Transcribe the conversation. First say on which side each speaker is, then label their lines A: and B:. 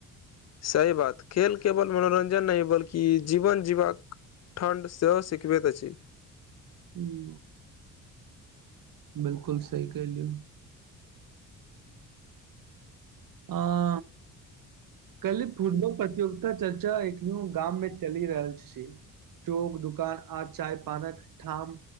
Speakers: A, on the left; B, on the right.
A: सही बात खेल केवल मनोरंजन नहि बल्कि जीवन जीबाक ठण्ड सेहो सिखबैत अछि
B: हूं <inaudible> बिल्कुल सही कहलियौ <unintelligible> कली फुटबॉल प्रतियोगिता चर्चा एखनो गाम मे चलि रहल छी चौक दुकान आ चाय पानक ठाम